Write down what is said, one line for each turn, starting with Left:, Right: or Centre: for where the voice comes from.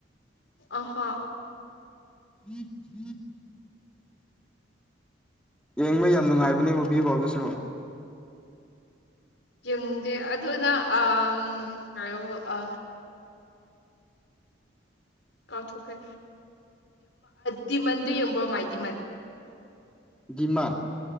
Left: ꯑꯍꯥ
Centre: <unintelligible> ꯌꯦꯡꯕ ꯌꯥꯝ ꯅꯨꯡꯉꯥꯏꯕꯅꯦ ꯃꯨꯚꯤ ꯕꯣꯛꯁ ꯗꯨꯁꯨ
Left: ꯌꯦꯡꯗꯦ ꯑꯗꯨ ꯅꯪ ꯑ ꯀꯩꯑꯕꯣ ꯑ ꯀꯥꯎꯊꯣꯛꯈ꯭ꯔꯦ ꯗꯤꯃꯟꯗꯨ ꯌꯦꯡꯕ꯭ꯔꯣ ꯃꯥꯏ ꯗꯤꯃꯟ
Centre: ꯗꯤꯃꯥꯟ